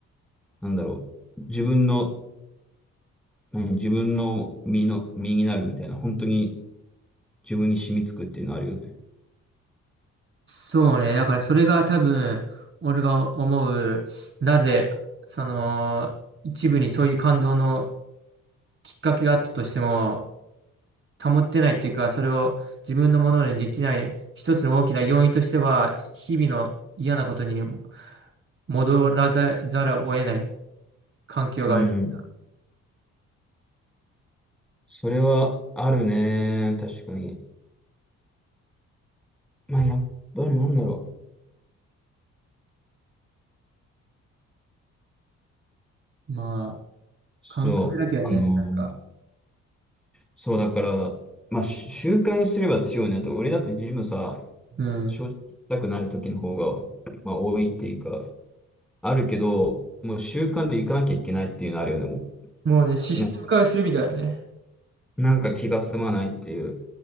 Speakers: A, in the centre; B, on the right (about 40°).
A: なんだろう。自分のうん自分の身の、身になるみたいな、本当に自分に染みつくっていうのあるよね。
B: そうね。だからそれが多分、俺が思う、なぜ、その、一部にそういう感動のきっかけがあったとしても、保ってないっていうか、それを自分のものにできない、一つの大きな要因としては、日々の嫌なことに戻らざ、ざるを得ない環境がある。
A: うん。それはあるね。確かに。まあ、やっぱりなんだろう。
B: まあ、
A: そう。
B: 感覚だけはね、
A: あの、
B: なんか、
A: そうだから、まあ、し習慣にすれば強いね。だって俺だってジムさ、
B: うん。
A: 正直行きたくない時の方が、まあ、多いっていうか、あるけど、もう習慣で行かなきゃいけないっていうのあるよね。も
B: もうね、システム化するみたいなね。
A: うな、なんか気が済まないっていう。